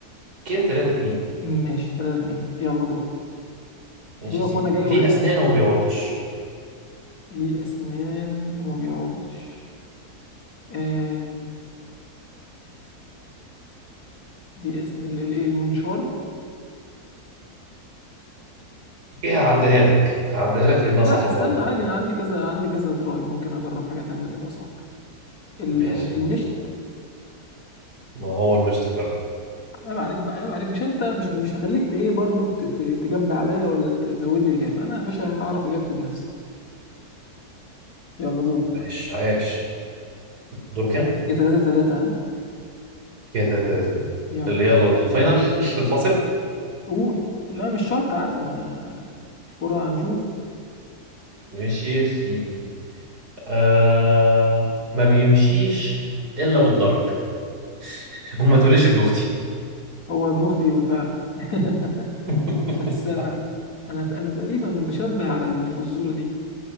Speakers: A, on the right; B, on the left.
A: كده 3 2
B: ماشي 3 2 يلا دورك
A: ماشي
B: دورك
A: يا سيدي
B: وانا جاي
A: ليه
B: وهكسب
A: اسنان وما بيعضش
B: ليه اسنان وما بيعضش آه ليه اسنان الايه المنشار
A: ايه هعديها لك هعديها لك لانها
B: لا
A: صح
B: استنى
A: برضه
B: عادي انا عندي كذا عندي كذا تراي ممكن اجرب حاجه تانية تبقى صح ال-
A: ماشي
B: المشت
A: ما هو المشط فعلا
B: عيب عليك بقى عيب عليك مش انت مش مش هخليك ت- ايه برضو ت- ت- تجب عليا ولا تزود لي اجابه انا يا باشا اعرف اجابتي بنفسي يلا دورك
A: عايش عايش دورك انت
B: يا تلاتة تلاتة ها
A: كده تلاتة تلاتة.
B: يلا
A: اللي يلا الفاينل <laughs> الفاصل
B: قول لا مش شرط عادي ما الفرع هنشوف
A: ماشي يا سيدي آه ما بيمشيش الا بالضرب <laughs> وما تقوليش ابن اختي
B: هو ابن اختي فعلا <laughs>
A: <laughs>
B: بس انا انا انا تقريبا بشبه على الفزوره دي